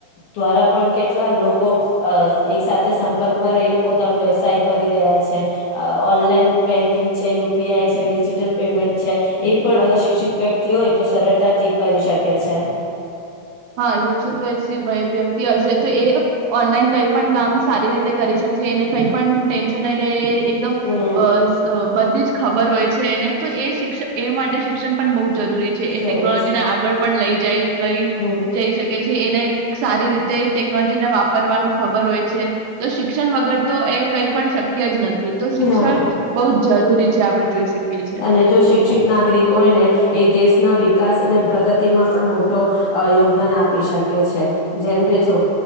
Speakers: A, on the left; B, on the right.
A: દ્વારા પણ કેટલા લોકો એકસા. સંપર્કમાં રહીને પોતાનો વ્યવસાય કરી રહ્યા છે, ઓનલાઈન બેંકિંગ છે, યુપીઆઈ છે, ડિજીિટલ પેમેન્ટ છે એ પણ અગર શિક્ષિત વ્યક્તિ હોય તો સરળતાથી કરી શકે છે.
B: હા શિક્ષિત વયસી વય- વ્યક્તિ હશે તો એ ઓનલાઈન કઈ પણ કામ સારી રીતે કરી શ જે એને કઈ પણ ટેન્શન ન લે એકદમ
A: હમ
B: અ બ બધી જ ખબર હોય છે એને તો એ શિક્ષ એ માટે શિક્ષણ. પણ બહુ જરૂરી છે
A: જરૂર
B: એ ટેકનોલોજીને
A: છે
B: આગળ પણ લઈ જય. લઈ.
A: હમ
B: જઈ શકે છે એને સારી રીતે ટેકનોલોજી ને વાપરવાનું ખબર હોય છે. તો શિક્ષણ વગર તો એ કઈ પણ. શક્ય જ ન તો શિક્ષણ
A: હા
B: બહુ જ જરૂરી છે આ જોઈ. શકીએ છે
A: અને જો શિક્ષિત નાગરિક હોય ને એ દેશ. ના વિકાસ અને પ્રગતિમાં પણ મોટો યોગદાન આપી શકે છે જેમ કે જો